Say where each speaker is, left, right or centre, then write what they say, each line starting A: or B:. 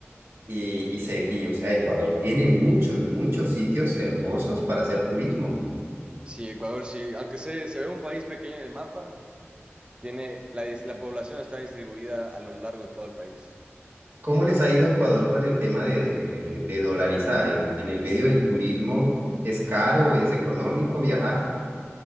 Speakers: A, on the right; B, on the right.
A: Y, y, se, y, o sea, Ecuador tiene muchos, muchos sitios hermosos para hacer turismo.
B: Sí, Ecuador sí, aunque se, se ve un país pequeño en el mapa, tiene la, dis- la población está distribuida a lo largo de todo el país.
A: ¿Cómo les ha ido a Ecuador con el tema de, de, de, de dolarizar? ¿En, en el medio del turismo es caro, es económico viajar?